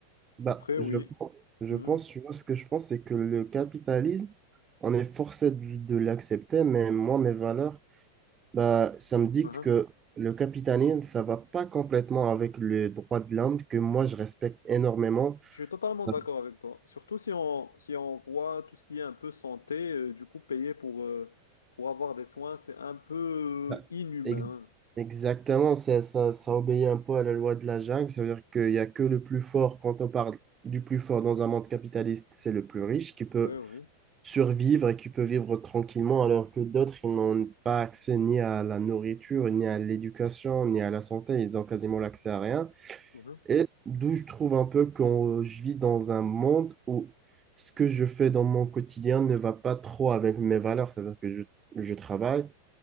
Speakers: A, on the right (about 20°); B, on the left (about 70°).
A: Bah,
B: Après,
A: je,
B: oui.
A: je
B: Mhm.
A: pense, tu vois, ce que je pense, c'est que le capitalisme, on est forcé de, de l'accepter, mais moi, mes valeurs, Bah, ça me dicte
B: Mhm.
A: que le capitalisme, ça va pas complètement avec le droit de l'homme que moi je respecte énormément.
B: Je suis totalement
A: Ça-
B: d'accord avec toi. Surtout si on, si on voit tout ce qui est un peu santé, euh, du coup, payer pour, euh, pour avoir des soins, c'est un peu
A: ça-
B: euh, inhumain.
A: ex- Exactement, ça, ça, ça obéit un peu à la loi de la jungle. Ça veut dire qu'il n'y a que le plus fort, quand on parle du plus fort dans un monde capitaliste, c'est le plus riche qui peut
B: Oui, oui.
A: survivre et qui peut vivre tranquillement, alors que d'autres, ils n'ont pas accès ni à la nourriture, ni à l'éducation, ni à la santé. Ils ont quasiment l'accès à rien.
B: Mhm.
A: Et d'où je trouve un peu que je vis dans un monde où ce que je fais dans mon quotidien ne va pas trop avec mes valeurs. C'est-à-dire que je, je travaille,